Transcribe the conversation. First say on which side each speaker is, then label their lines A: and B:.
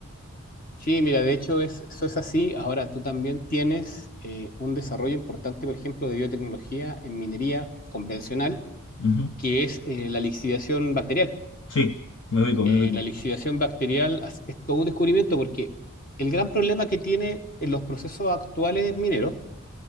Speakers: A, on the left; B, on the left.
A: Sí, mira, de hecho es- eso es así. Ahora tú también tienes eh, un desarrollo importante, por ejemplo, de biotecnología en minería convencional,
B: Ujú.
A: que es eh, la lixiviación bacterial.
B: Sí, me ubico, me
A: Eh,
B: ubico.
A: la lixiviación bacterial as- es todo un descubrimiento porque el gran problema que tiene en los procesos actuales mineros